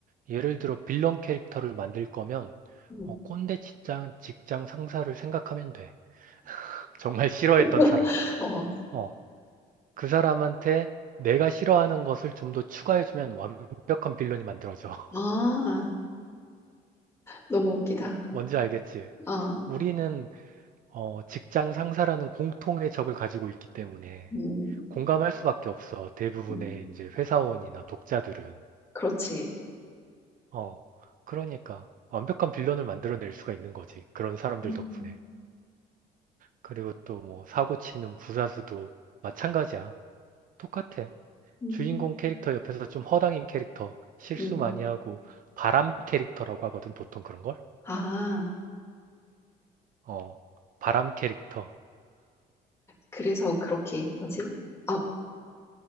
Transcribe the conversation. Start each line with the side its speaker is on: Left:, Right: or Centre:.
Right: 예를 들어, 빌런 캐릭터를 만들 거면,
Left: 음.
Right: 어, 꼰대 직장, 직장 상사를 생각하면 돼. <laughs> 정말 싫어했던
Left: <laughs>
Right: 사람.
Left: 어,
Right: 어, 그 사람한테 내가 싫어하는 것을 좀 더 추가해주면 완벽한 빌런이 만들어져. <laughs>
Left: 아, 너무 웃기다.
Right: 뭔지 알겠지?
Left: 아,
Right: 우리는, 어, 직장 상사라는 공통의 적을 가지고 있기 때문에
Left: 음,
Right: 공감할 수밖에 없어. 대부분의
Left: 음,
Right: 이제 회사원이나 독자들은.
Left: 그렇지.
Right: 어, 그러니까 완벽한 빌런을 만들어낼 수가 있는 거지. 그런 사람들
Left: 음,
Right: 덕분에. 그리고 또 뭐 사고 치는 부사수도 마찬가지야. 똑같아.
Left: 음,
Right: 주인공 캐릭터 옆에서 좀 허당인 캐릭터, 실수
Left: 음.
Right: 많이 하고 바람 캐릭터라고 하거든, 보통 그런 걸.
Left: 아.
Right: 어, 바람 캐릭터.
Left: 그래서 그렇게 뭐지? 어,